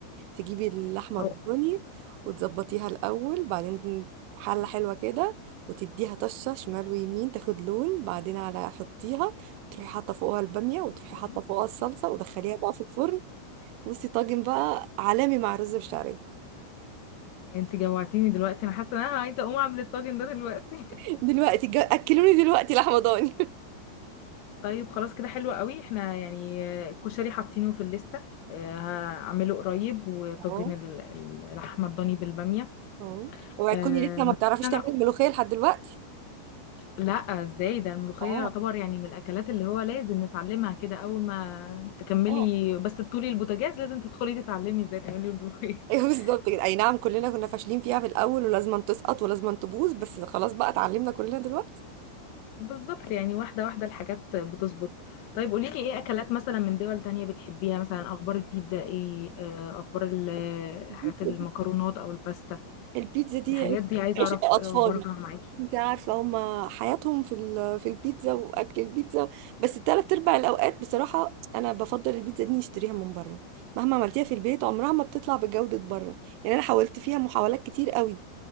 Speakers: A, on the right; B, on the left.
A: تجيبي اللحمة
B: هو
A: الضاني وتظبطيها الأول بعدين حلة حلوة كده وتديها طشة شمال ويمين تاخد لون بعدين على حطيها تروحي حاطة فوقها البامية وتروحي
B: <laughs>
A: حاطة فوقها الصلصة ودخليها بقى في الفرن بصي طاجن بقى عالمي مع رز بشعرية
B: انت جوعتيني دلوقتي انا حاسه ان انا عايزه اقوم اعمل الطاجن ده دلوقتي
A: <laughs>
B: <laughs>
A: دلوقتي جا... أكلوني دلوقتي لحمة ضاني
B: طيب خلاص كده حلو قوي احنا يعني آه، الكشري حاطينه في الليسته آه، هعمله قريب
A: <laughs>
B: وطاجن
A: اه
B: ال- اللحمه الضاني بالباميه
A: اه اوعي
B: آه،
A: تكوني لسه ما
B: ممكن
A: بتعرفيش
B: انا
A: تعملي الملوخية لحد دلوقتي
B: لا ازاي ده الملوخية
A: اه
B: يعتبر يعني من الاكلات اللي هو لازم نتعلمها كده اول ما تكملي
A: اه
B: بس تطولي البوتاجاز لازم تدخلي تتعلمي ازاي تعملي الملوخية
A: <laughs>
B: <laughs>
A: ايوه بالظبط كده اي نعم كلنا كنا فاشلين فيها في الاول ولازم تسقط ولازم تبوظ بس خلاص بقى اتعلمنا كلنا دلوقتي
B: بالظبط يعني واحدة واحدة الحاجات بتظبط طيب قوليلي ايه اكلات مثلا من دول تانية بتحبيها مثلا اخبار البيتزا ايه آه، اخبار ال-
A: <laughs>
B: حاجات المكرونات او الباستا
A: البيتزا دي
B: الحاجات
A: عش-
B: دي عايزة
A: عشق
B: اعرف
A: <laughs>
B: إيه
A: اطفالي
B: اخبارها معاكي
A: انت عارفه هما حياتهم في ال- في البيتزا واكل البيتزا بس التلات ارباع الاوقات بصراحه انا بفضل البيتزا دي نشتريها من بره مهما عملتيها في البيت عمرها ما بتطلع بجوده بره يعني انا حاولت فيها محاولات كتير قوي